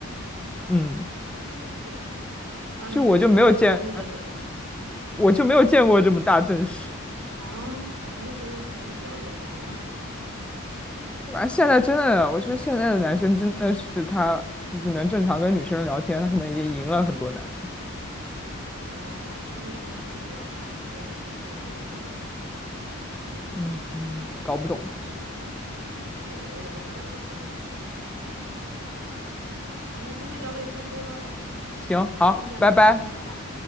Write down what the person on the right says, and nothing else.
怎么会这样？当年还是很不容易的呢。
啊，我们那时候要才艺表演的呢。<laughs>
哦，会不会是男生比较少，因为女生数目比较多？
感觉好像是，
也我也不太了解现在的情况。好，那今天聊的也差不多喽，
我们下次再聊。
嗯，拜拜。